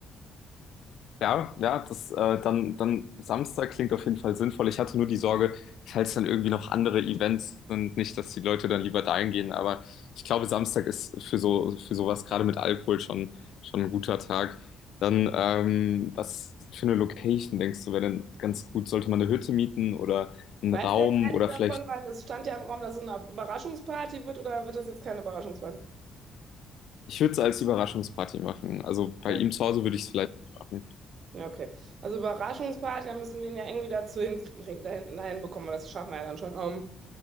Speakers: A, on the left (about 75°); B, on the right (about 60°).
A: Ja, ja, das äh, dann, dann Samstag klingt auf jeden Fall sinnvoll. Ich hatte nur die Sorge, falls dann irgendwie noch andere Events sind, nicht, dass die Leute dann lieber dahin gehen. Aber ich glaube, Samstag ist für so für sowas gerade mit Alkohol schon schon ein guter Tag. Dann ähm, was für eine Location denkst du, wäre denn ganz gut? Sollte man eine Hütte mieten oder einen
B: Weißt
A: Raum
B: du jetzt eigentlich
A: oder
B: davon,
A: vielleicht?
B: weil es stand ja im Raum, dass es eine Überraschungsparty wird oder wird das jetzt keine Überraschungsparty?
A: Ich würde es als Überraschungsparty machen. Also bei
B: Ja,
A: ihm zu Hause würde ich es vielleicht machen.
B: Ja, okay. Also Überraschungsparty, da müssen wir ihn ja irgendwie dazu hinkriegen, dahin, dahin bekommen, aber das schaffen wir ja dann schon. Ähm,